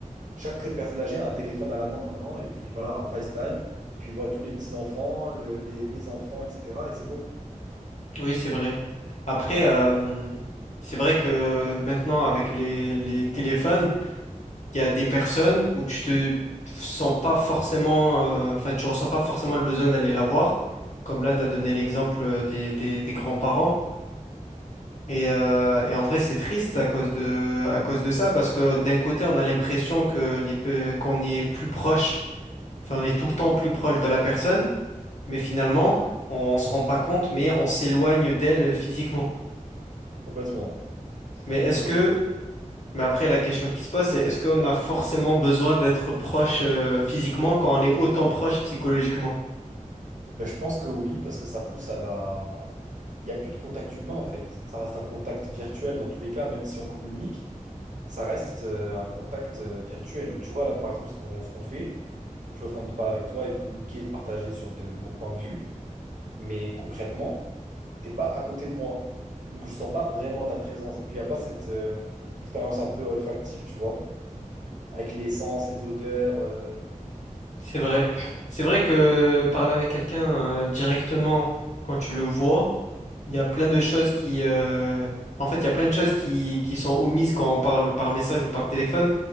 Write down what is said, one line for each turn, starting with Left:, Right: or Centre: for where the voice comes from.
Right: Chaque personne âgée a un téléphone à la main maintenant, et puis voilà, un FaceTime, puis il voit tous les petits-enfants, le- les, les enfants, etc. Et c'est bon.
Left: Oui, c'est vrai. Après, euh, c'est vrai que maintenant, avec les les téléphones, il y a des personnes où tu te sens pas forcément, euh, enfin, tu ressens pas forcément le besoin d'aller la voir. Comme là, tu as donné l'exemple euh, des, des- des grands-parents. Et, euh, et en vrai, c'est triste à cause de, à cause de ça, parce que d'un côté, on a l'impression que les, pe- qu'on y est plus proche, enfin, on est tout le temps plus proche de la personne, mais finalement, on, se rend pas compte, mais on s'éloigne d'elle euh, physiquement.
Right: Complètement.
Left: Mais
Right: Complètement.
Left: est-ce que Mais après, la question qui se pose, c'est est-ce qu'on a forcément besoin d'être proche euh, physiquement quand on est autant proche psychologiquement?
Right: Ben, je pense que oui, parce que ça pousse à la... Il n'y a plus de contact humain, en fait. Ça reste un contact virtuel dans tous les cas, même si on communique, ça reste euh, un contact euh, virtuel. Tu vois, là, par exemple, ce qu'on ce qu'on fait, je suis en train de parler avec toi et de communiquer et de partager sur de, mon point de vue, mais concrètement, t'es pas à côté de moi. Donc je sens pas vraiment ta présence. Et puis il n'y a pas cette euh, expérience un peu olfactive, tu vois, avec l'essence, les odeurs. euh,
Left: C'est vrai. C'est vrai que
Right: Oui.
Left: parler avec quelqu'un euh, directement quand tu le vois, il y a plein de choses qui... euh, En fait, il y a plein de choses qui, qui sont omises quand on parle par message ou par téléphone,